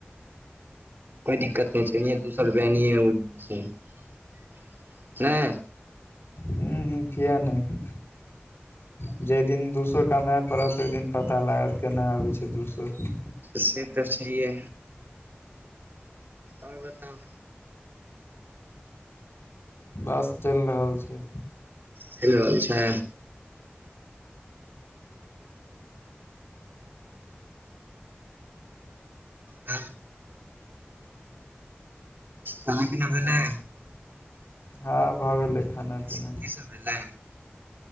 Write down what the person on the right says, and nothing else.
कोइ दिक्कत नहि छै सौ रुपया एनियें ओनी छै
से तऽ सहिएै आओर बताउ
चलि रहल छै आ खाना पीना भेलय
कि सब भेलय